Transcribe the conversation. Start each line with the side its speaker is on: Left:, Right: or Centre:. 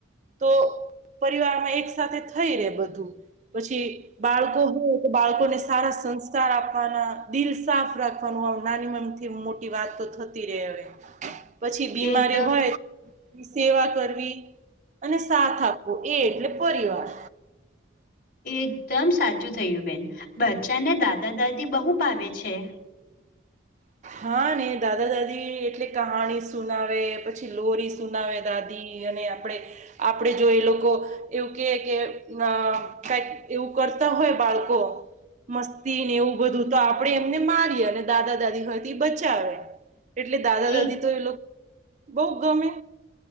Right: તો પરિવારમાં એક સાથે થઈ રેય બધું પછી બાળકો હોય તો બાળકોને સારા સંસ્કાર આપવાના દિલ, સાફ રાખવાનું નાની મમતી મોટી વાત તો થતી રેય હવે પછી બીમારી
Left: એકદમ
Right: હોય સેવા કરવી અને સાથ આપવો એ એટલે પરિવાર.
Left: એકદમ સાચું થયું બેન બચ્ચાને દાદા-દાદી બહુ ભાવે છે.
Right: હા ને દાદા-દાદી એટલે કહાણી સુનાવે પછી લોરી સુનાવે દાદી. અને આપણે આપણેે જો એ લોકો એવું કેય કે ના કઈક એવું કરતા હોય બાળકો મસ્તીને એવું બધું તો આપડે એમને મારીએ અને દાદા-દાદી હોય બચાવે એટલે દાદા-દાદી
Left: એક
Right: તો એ લોકો બહું ગમે